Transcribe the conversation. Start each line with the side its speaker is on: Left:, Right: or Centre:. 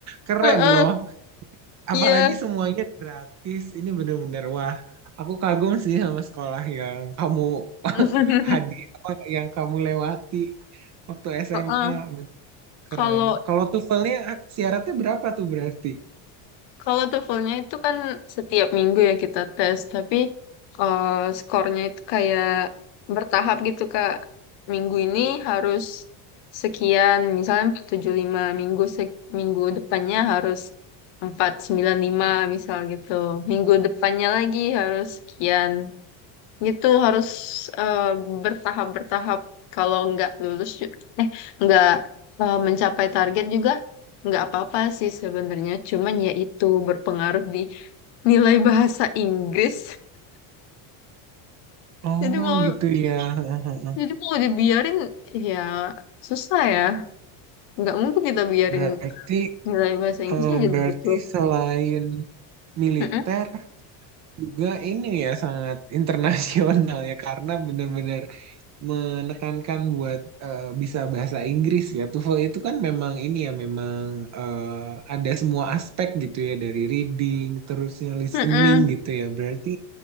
Right: Keren
Left: Heeh,
Right: loh.
Left: Iya.
Right: Apalagi semuanya gratis. Ini bener-bener, wah. Aku kagum sih sama sekolah yang kamu <laughs>
Left: <laughs>
Right: hadir, apa yang kamu lewati waktu SMA.
Left: Heeh.
Right: betul Keren.
Left: Kalau
Right: Kalau TOEFL-nya syaratnya berapa tuh berarti?
Left: Kalau TOEFL-nya itu kan setiap minggu ya kita tes, tapi eh, skornya itu kayak bertahap gitu, Kak. Minggu ini harus sekian, misalnya 475, minggu se- minggu depannya harus 495 misal gitu. Minggu depannya lagi harus sekian gitu harus eh, bertahap-bertahap kalau nggak lulus ju- eh nggak eh, mencapai target juga nggak apa-apa sih sebenarnya cuman ya itu berpengaruh di nilai bahasa Inggris <laughs>
Right: Oh
Left: jadi mau
Right: gitu ya. Heeh, heeh.
Left: jadi mau dibiarin ya susah ya nggak mungkin kita biarin
Right: Berarti
Left: nilai bahasa Inggrisnya
Right: eh,
Left: jadi
Right: berarti
Left: gitu
Right: selain militer
Left: Mm-mm.
Right: juga ini ya sangat <laughs> internasional ya karena benar-benar menekankan buat eh, bisa bahasa Inggris ya. TOEFL itu kan memang ini ya memang eh, ada semua aspek gitu ya dari reading terusnya listening
Left: Mm-mm.
Right: gitu ya. Berarti